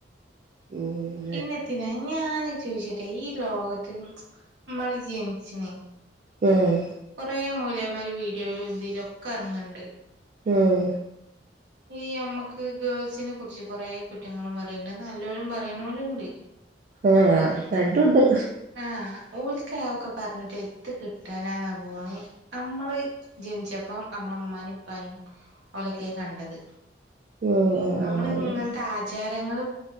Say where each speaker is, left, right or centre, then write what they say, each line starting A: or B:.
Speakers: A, on the right; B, on the right.
A: ഓ <inaudible>
B: പിന്നെത്തിന ഞാനൊ ചോദിച്ചട്ടെ ഈ ലോകത്ത് നമ്മൾ ജനിച്ചിന.
A: ഉം.
B: കുറെ മോലിയാർ മാര് വീഡിയോയിലും ഇതിലൊക്കെ ഇറങ്ങണ്ട്.
A: ഉം.
B: ഈ നമ്മക്ക് ഗേൾസിനെ കുറിച്ച് കൊറേ കുറ്റങ്ങളും പറയണ്ട്. നല്ലവരും പറയണവലുണ്ട്.
A: ആഹ് രണ്ടുണ്ട്.
B: ആഹ് ഓൽക് അതൊക്കെ പറഞ്ഞിട്ട് എന്ത്‌ കിട്ടാനാന്ന പോണെ അമ്മള്. ജനിച്ചപ്പ അമ്മളമ്മാനും ഇപ്പാനും ഓലക്കെ കണ്ടത്.
A: ആഹ് ആഹ്
B: നമ്മള്
A: ആഹ്
B: ഇങ്ങനത്തെ ആച് രങ്ങള്